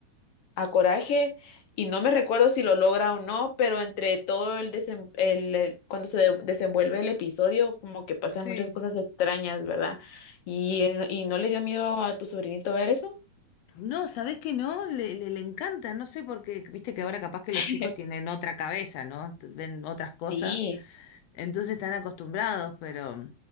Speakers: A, on the left; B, on the left.
A: a Coraje y no me recuerdo si lo logra o no, pero entre todo el, desem- el el- cuando se de- desenvuelve el episodio, como que pasan
B: Sí.
A: muchas cosas extrañas, ¿verdad? ¿Y, y no le dio miedo a tu sobrinito ver eso?
B: No, ¿sabés que no? Le, le, le encanta, no sé, porque viste que ahora capaz que
A: <laughs>
B: los chicos tienen otra cabeza, ¿no? T- Ven otras
A: Sí.
B: cosas. Entonces están acostumbrados, pero